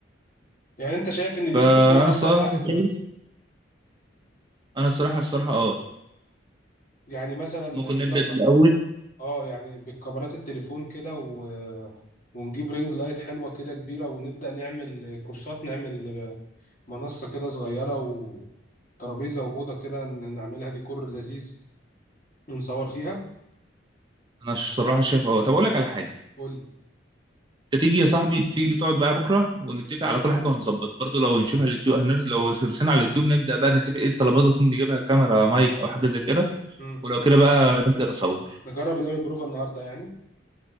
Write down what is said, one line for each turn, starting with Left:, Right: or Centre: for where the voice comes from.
Left: يعني انت شايف ان اليوتيوب
Right: فانا
Left: هو
Right: الصراحه
Left: افضل حاجه دلوقتي
Right: شايف انا الصراحه الصراحه اه
Left: يعني مثلا
Right: ممكن
Left: نظبط
Right: نبدا بالاول
Left: اه يعني بالكاميرات التليفون كده و... ونجيب رينج لايت حلوة كده كبيرة ونبدأ نعمل كورسات نعمل منصة كده صغيرة وترابيزة وأوضة كده نعملها ديكور لذيذ ونصور فيها
Right: انا الصراحه شايف اه طب اقول لك على حاجه
Left: قول لي
Right: انت تيجي يا صاحبي تيجي تقعد بقى بكره ونتفق على كل حاجه ونظبط برضو لو نشوف على اليوتيوب هنر- لو سرسنا على اليوتيوب نبدا بقى نتفق ايه الطلبات اللي ممكن نجيبها كاميرا مايك او حاجه زي كده
Left: مم.
Right: ولو كده بقى نبدا نصور
Left: نجرب نعمل بروفة النهاردة يعني